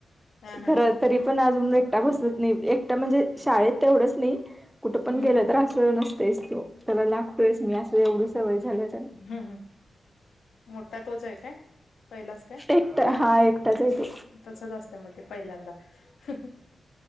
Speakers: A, on the left; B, in the centre.
A: हा हा
B: खर तरी पण अजून एकटा बसत नाही एकटा म्हणजे शाळेत तेवढंच नाही कुठं
A: हम्म
B: पण गेलं
A: हम्म
B: तर अस नसतोयच तो त्याला लागतोयच मी अस एवढी सवय झाल्या त्याला
A: हम हम. मोठा तोच आहे काय? पहिलाच काय?
B: एकटा हा एकटाच आहे तो
A: तसच असते मग ते पहिल्यांदा ह ह हम.